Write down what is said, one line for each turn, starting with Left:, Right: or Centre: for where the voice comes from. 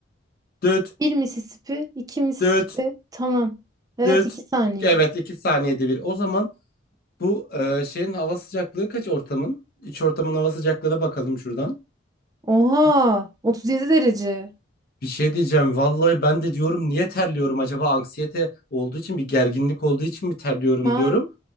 Left: düt,
Right: Bir Mississippi, iki Mississippi.
Left: düt,
Right: Tamam. Evet
Left: düt.
Right: iki saniye.
Left: Evet, 2 saniyede bir. O zaman Bu e, şeyin hava sıcaklığı kaç ortamın? İç ortamın hava sıcaklığına bakalım şuradan.
Right: Oha,
Left: Kaç?
Right: 37 derece.
Left: Bir şey diyeceğim. Vallahi ben de diyorum niye terliyorum acaba anksiyete olduğu için bir gerginlik olduğu için mi terliyorum
Right: Ha,
Left: diyorum.